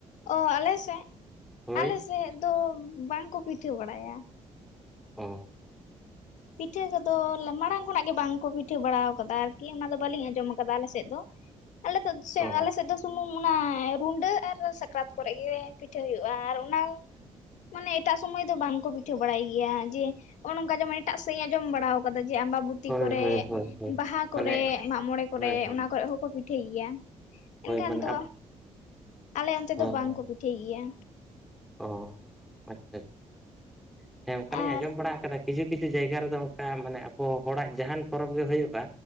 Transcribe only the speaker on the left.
ᱚ ᱟᱞᱮ ᱥᱮᱜ
ᱟᱞᱮ ᱥᱮᱜ ᱫᱚ ᱵᱟᱝᱠᱚ ᱯᱤᱴᱷᱟᱹ ᱵᱟᱲᱟᱭᱟ᱾
ᱯᱤᱴᱷᱟᱹ ᱠᱚᱫᱚ ᱢᱟᱲᱟᱝ ᱠᱷᱚᱱᱟᱜ ᱜᱮ ᱵᱟᱝᱠᱚ ᱯᱤᱴᱷᱟᱹ ᱵᱟᱲᱟ ᱟᱠᱟᱫᱟ ᱟᱨᱠᱤ ᱚᱱᱟ ᱫᱚ ᱵᱟᱹᱞᱤᱧ ᱟᱸᱡᱚᱢ ᱠᱟᱫᱟ ᱟᱞᱮᱥᱮᱜ ᱫᱚ᱾ ᱟᱞᱮ ᱥᱮᱫ
ᱟᱞᱮ ᱥᱮᱫ ᱫᱚ ᱥᱩᱢᱩᱝ ᱚᱱᱟ ᱨᱩᱰᱟᱹ ᱟᱨ ᱥᱟ ᱠᱨᱟᱛ ᱠᱚᱨᱮᱜ ᱜᱮ ᱯᱤᱴᱷᱟᱹ ᱦᱩᱭᱩᱜ-ᱟ, ᱟᱨ ᱚᱱᱟ ᱢᱟᱱᱮ ᱮᱴᱟᱜ ᱥᱚᱢᱚᱭ ᱫᱚ ᱵᱟᱝᱠᱚ ᱯᱩᱴᱷᱟᱹ ᱵᱟᱲᱟᱭ ᱜᱮᱭᱟ, ᱡᱮ ᱱᱚᱜ-ᱚ ᱱᱚᱝᱠᱟ ᱡᱮᱢᱚ ᱮᱴᱟᱜ ᱥᱮᱫ ᱤᱧ ᱟᱸᱡᱚᱢ ᱵᱟᱲᱟ ᱟᱠᱟᱫᱟ ᱡᱮ ᱟᱢᱵᱟ ᱵᱩ ᱛᱤ
ᱠᱚᱨᱮᱜ,
ᱵᱟᱦᱟ
ᱠᱚᱨᱮᱜ, ᱢᱟᱜ ᱢᱚᱬᱮ ᱠᱚᱨᱮᱜ,
ᱚᱱᱟ ᱠᱚᱨᱮ ᱦᱚᱸᱠᱚ ᱯᱤᱴᱷᱟᱹᱭ ᱜᱮᱭᱟ᱾
ᱮᱱᱠᱷᱟᱱ
ᱫᱚ ᱟᱞᱮ ᱚᱱᱛᱮ
ᱫᱚ ᱵᱟᱝᱠᱚ ᱯᱤᱴᱷᱟᱹᱭ ᱜᱮᱭᱟ᱾
ᱟᱨ